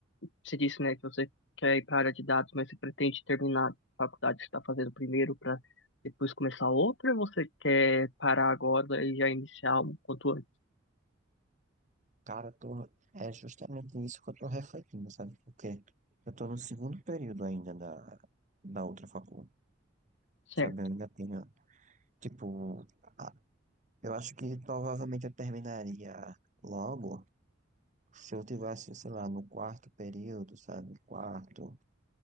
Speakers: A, on the left; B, on the right.
A: você disse, né, que você quer ir para a área de dados, mas você pretende terminar a faculdade que você está fazendo primeiro para depois começar outra, ou você quer parar agora e já iniciar um quanto antes?
B: Cara, eu tô, é justamente isso que eu tô refletindo, sabe? Porque eu tô no segundo período ainda da, da outra faculdade.
A: Certo.
B: Sabe, eu ainda tenho, tipo, a- eu acho que provavelmente eu terminaria logo se eu tivesse, sei lá, no quarto período, sabe? Quarto,